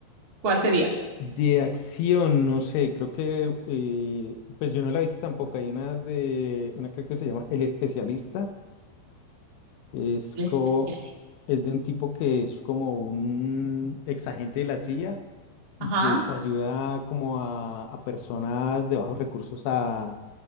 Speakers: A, on the right (about 35°); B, on the left (about 80°).
A: ¿Cuál sería?
B: De acción, no sé, creo que eh, pues yo no la he visto tampoco. Hay una de una creo que se llama El Especialista. Es
A: El
B: co-
A: especial.
B: es de un tipo que es como un ex agente de la CIA y
A: Ajá.
B: pues ayuda como a, a personas de bajos recursos a,